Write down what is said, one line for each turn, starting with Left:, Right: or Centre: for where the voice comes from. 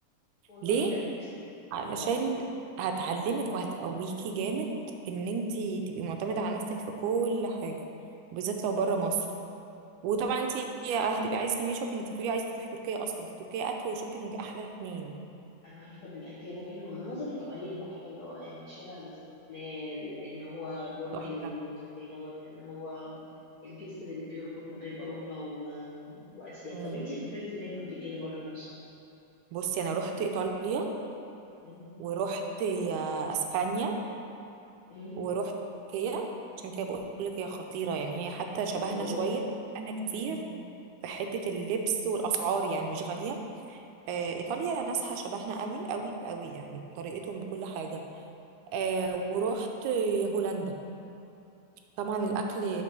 Left: والله
Right: ليه
Left: انا نفسي
Right: علشان
Left: اه
Right: هتعلمك وهتقويكي جامد ان انتي تبقي معتمدة على نفسك في كل حاجة بالذات لو بره مصر وطبعا انتي هتبقي عايزة تعملي شوبينج انتي بتقولي عايزة تروحي تركيا اصلا فتركيا اكل وشوبينج احلى اتنين
Left: انا عارفه ان الاكل هناك حلو المناظر الطبيعيه هناك حلوه يعني شارع الاستقلال اللي هو برج
Right: تحفة
Left: الفتاه دوت اللي هو الجسر اللي بيربط ما بين اوروبا و... واسيا
Right: مم.
Left: طب انتي سافرتي فين قبل كده بره مصر
Right: بصي انا رحت ايطاليا
Left: مم.
Right: ورحت آه، اسبانيا
Left: مم.
Right: ورحت تركيا عشان كده بقول لك هي خطيرة يعني هي حتى شبهنا
Left: الله
Right: شوية انا كتير
Left: مم.
Right: في حتة اللبس والاسعار يعني مش غالية آه، ايطاليا ناسها شبهنا قوي قوي قوي يعني بطريقتهم بكل حاجه آه، ورحت هولندا طبعا الاكل